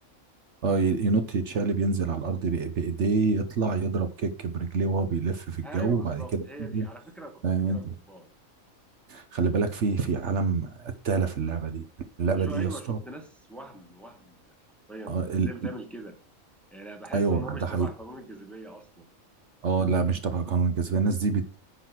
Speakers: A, on the right (about 60°); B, in the centre.
A: اه ي- ينط يتشقلب ينزل على الارض بإ- بايديه يطلع يضرب كيك برجليه وهو بيلف في الجو
B: ايوه بالظبط
A: وبعد كده
B: هي
A: ينزل
B: دي على فكره انا كنت
A: فاهم
B: فاكرها
A: انت
B: جمباز
A: خلي بالك في في عالم قتالة في اللعبة دي اللعبة
B: انا شو
A: دي
B: ايوه
A: يا اسطى
B: شفت ناس وهم وهم حرفيا انت
A: اه
B: ازاي
A: ال...
B: بتعمل
A: ال-
B: كده يعني انا بحس
A: ايوه
B: ان هو مش
A: ده
B: تبع
A: حقيقي
B: قانون الجاذبيه اصلا
A: اه لا مش تبع قانون الجاذبية الناس دي بت...